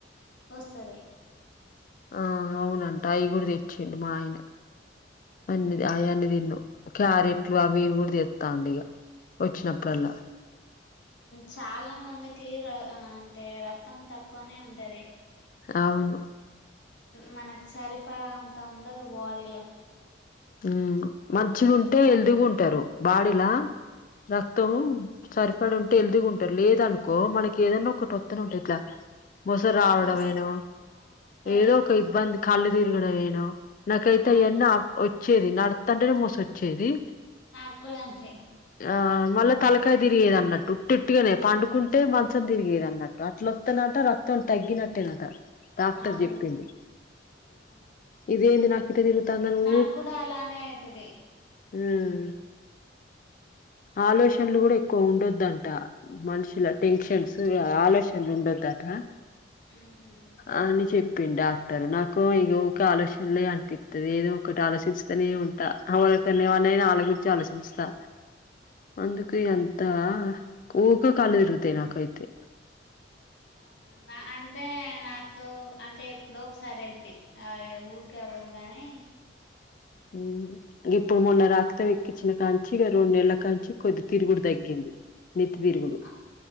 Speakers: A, on the left; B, on the left.
A: వస్తది.
B: ఆ అవునంట అయి గూడా తెచ్చేడి మా ఆయన అన్ని
A: ఉమ్
B: ఆయన్ని తిన్న క్యారెట్లు అవి కూడా తెస్తాండు. ఇగా వచ్చినప్పుడల్లా
A: చాలా మందికి ర అంటే రక్తం తక్కువనే ఉంటది.
B: అవును
A: మనకు సరిపడా అంత ఉండదు. బాడీలో
B: మ్ మంచిగా ఉంటే హెల్తీగా ఉంటరు. బాడీలా రక్తం సరిపడ ఉంటే ఎల్దిగా ఉంటరు. లేదనుకో మనకి ఏదనా ఒకటి వత్తనే ఉంటది. ఇట్లా మొసరావడంమేనో
A: వస్ అవును వస్తది
B: ఏదో ఒక ఇబ్బంది కళ్ళు తిరగడంమేనో నాకైతే
A: అవును
B: అయన్నీ వచ్చేది నాడస్టనటనే మోస వచ్చేది.
A: నాకూడ అంతే
B: ఆ మళ్ళా తలకాయ తిరిగేది. అన్నట్టుఉట్టెట్టుగానే పండుకుంటే మంచం తిరిగేది అన్నట్టు అట్లుొస్తనట్ట రక్తం తగ్గినట్టే నట డాక్టర్
A: అవును
B: చెప్పిండు.
A: అవునవును
B: ఇదేంది నాకు ఇట్టదిరుగుతాంది ఉ
A: నాకు కూడా అలానే అయితది.
B: మ్ ఆలోచనలు కూడా ఎక్కువ ఉండొద్దంట. మనుషుల టెన్షన్స్ ఆలోచనలు ఉండొదటా
A: ఉహు
B: అని చెప్ప ప్పి డాక్టర్ నాకు ఇది ఒక ఆలోచనలే అనిపిస్తుంది. ఏదో ఒకటి ఆలోచన చిత్ నే ఉంటా ఎ వలకుఎమ్మెన్నాయినా ఆళ్ళ గురిచే ఆలోచిస్తానీ ఉంటా అందుకె
A: ఉమ్
B: అంతా ఊకె కళ్ళు తిరుగుతాయ్ నాకైతే
A: అవునా నా అంటే నాకు అంటే ఎప్పుడో ఒకసారి అయితది అయ్యో ఊరికే అవ్వదు గానీ
B: అ ఇప్పుడు మొన్న రక్తం ఎక్కించిన కాంచి ఇక రెండు నెలల కాంచి కొద్ది తిరుగుడు తగ్గింది. నితి <unintelligible> వీరుగుడు
A: ఆ